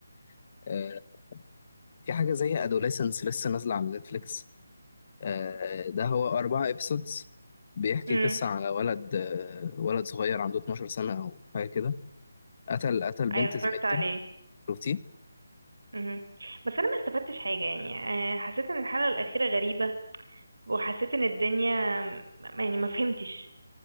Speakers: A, on the left; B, on the right.
A: <laughs> آه في حاجة زي أدوليسنس لسه نازلة على نتفليكس آه ده هو أربع إبسودز بيحكي
B: امم
A: قصة على ولد آه ولد صغير عنده 12 سنة أو حاجة كده قتل قتل
B: <laughs>
A: بنت
B: ايوه اتفرجت
A: زميلته
B: عليه
A: شفتيه؟
B: امم بس انا ما استفدتش حاجه يعني آه، حسيت ان الحلقه الاخيره غريبه وحسيت ان الدنيا م- يعني ما فهمتش